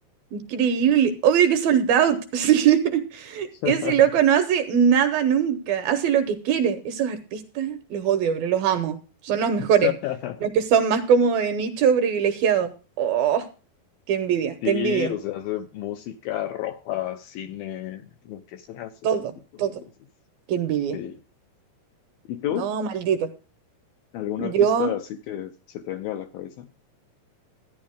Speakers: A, on the right; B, on the left.
A: Increíble, obvio que sold out. <laughs> sí.
B: <laughs>
A: Ese loco no hace nada nunca, hace lo que quiere. Esos artistas los odio, pero los amo. Son los mejores,
B: <laughs>
A: los que son más como de nicho privilegiado. Oh, qué envidia,
B: Sí,
A: te envidio.
B: o sea, hace música, ropa, cine, lo que se hace
A: Todo,
B: ese tipo.
A: todo,
B: Entonces,
A: qué envidia.
B: sí. ¿Y tú?
A: No, maldito.
B: ¿Algún
A: Yo,
B: artista así que se te venga a la cabeza?